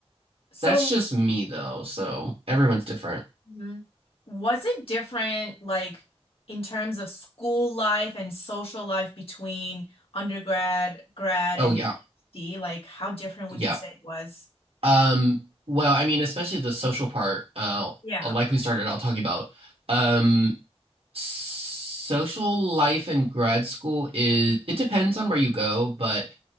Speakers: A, on the left (about 60°); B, on the right (about 60°).
A: So
B: that's just me though, so everyone's different.
A: Mhm. Was it different, like in terms of school life and social life between undergrad, grad,
B: Oh
A: and
B: yeah.
A: PhD? Like, how different
B: Yeah.
A: would you say it was?
B: Um, well, I mean, especially the social part, uh,
A: Yeah.
B: like we started out talking about, um, social life in grad school is, it depends on where you go, but